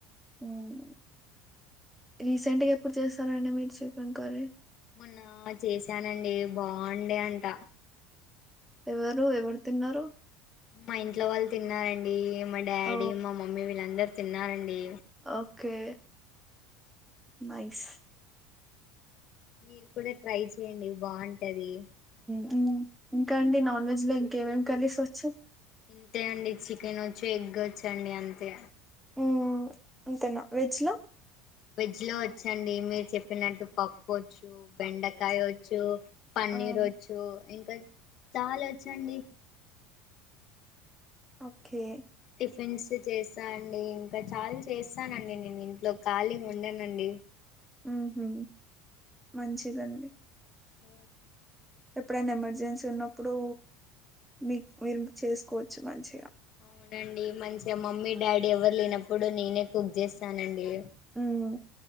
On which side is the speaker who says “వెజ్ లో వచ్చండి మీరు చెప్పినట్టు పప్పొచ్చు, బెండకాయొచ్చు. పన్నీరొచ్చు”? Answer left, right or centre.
Left